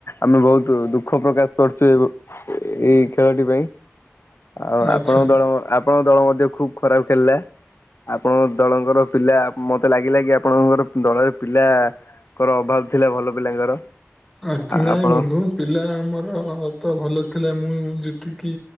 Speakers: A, on the left; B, in the centre.
A: ଆମେ ବହୁତ ଦୁଃଖ ପ୍ରକାଶ କରୁଛୁ ଏ ଏଇ ଖେଳଟି ପାଇଁ। ଆଉ ଆପଣଙ୍କ
B: ଆଚ୍ଛା
A: ଦଳ, ଆ ଆପଣଙ୍କ ଦଳ ମଧ୍ୟ ଖୁବ ଖରାପ ଖେଳିଲା ଆପଣଙ୍କ ଦଳଙ୍କର ପିଲା ମତେ ଲାଗିଲା କି ଆପଣଙ୍କର ଦଳରେ ପିଲାଙ୍କର ଅଭାବ ଥିଲା ଭଲ ପିଲାଙ୍କର।
B: ଆଙ୍କି ନାଇଁ
A: ଆପଣ
B: ବନ୍ଧୁ। ପିଲା ଆମର ତ ଭଲ ଥିଲା ମୁଁ ଯେତିକି